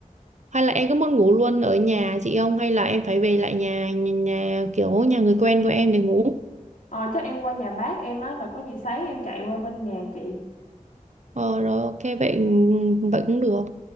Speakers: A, on the right; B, on the left.
A: Hay là em có muốn ngủ luôn ở nhà chị không? Hay là em phải về lại nhà nhà, nhà kiểu nhà người quen của em để ngủ?
B: ờ chắc em qua nhà bác em á rồi có gì sáng em chạy qua bên nhà chị
A: Ờ, rồi ok vậy ừ, vậy cũng được.